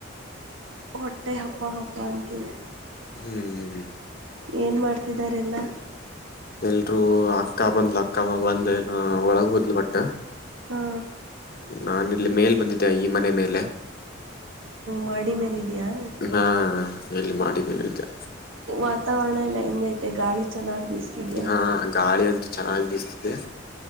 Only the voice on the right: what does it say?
ಹೊಟ್ಟೆ ಹಪ್ಪ ಹಬ್ಬ ಅಂತಿದೆ.
ಏನ್ ಮಾಡ್ತಿದಿದ್ದಾರೆಲ್ಲ.
ಹಾ
ಮಾಡಿ ಮೇಲ ಇದೀಯಾ?
ವಾತಾವನಲ್ಲ ಹೆಂಗೈತೆ ಗಾಳಿ ಚೆನ್ನಾಗಿ ಬೀಸ್ತಿದಿಯಾ